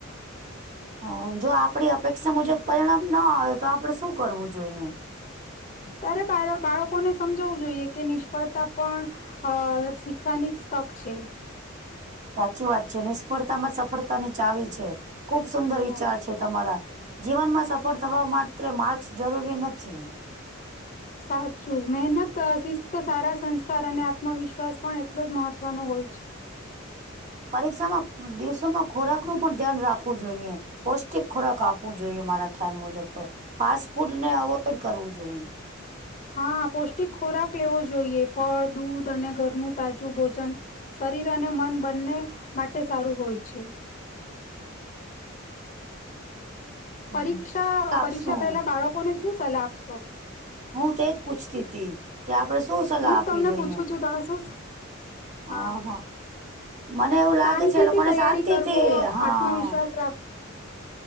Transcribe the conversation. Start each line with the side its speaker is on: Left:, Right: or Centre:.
Right: હા, જો આપડી અપેક્ષા મુજબ પરિણામ ન આવે તો આપડે શું કરવું જોઈએ?
Left: ત્યારે બાળ-બાળકોને સમજાવવું જોઈએ કે નિષ્ફળતા પણ અહ શીખવાનીજ તક છે.
Right: હાચી વાત છે, નિષ્ફળતામાં જ સફળતાની ચાવી છે. ખુબ સુંદર
Left: બરાબર
Right: વિચાર છે, તમારા. જીવનમાં સફળ થવા માત્રે માર્ક્સ જરૂરી નથી.
Left: સાચું. મહેન ત, શિસ્ત, સારા સંસ્કાર અને આત્મવિશ્વાસ પણ એટલો જ મહત્વનો હોય છે.
Right: પરીક્ષામાં દિવસોમાં ખોરાકનું પણ ધ્યાન રાખવું જોઈએ. પૌષ્ટિક ખોરાક આપવું જોઈએ મારા ખ્યાલ મુજબ તો. ફાસ્ટ ફૂડને અવોઈડ કરવું જોઈએ.
Left: હા, પૌષ્ટિક ખોરાક લેવો જોઈએ. ફળ, દૂધ અને ઘરનું તાજું ભોજન. શરીર અને મન બંને માટે સારું હોય છે.
Right: હમ
Left: પરીક્ષા-પરીક્ષા
Right: આપશું
Left: પહેલા બાળકોને શું સલાહ આપશો?
Right: હું તેજ પૂછતી તી. કે આપડે શું સલાહ
Left: હું
Right: આપવી
Left: તમને
Right: જોઈએ?
Left: પૂછું છું તમે શું હા
Right: અન-હન. મને એવું
Left: શાંતિથી
Right: લાગે છે એ લોકોને
Left: તૈયારી
Right: શાંતિથી
Left: કરવો
Right: હનન.
Left: આત્મવિશ્વાસ રાખ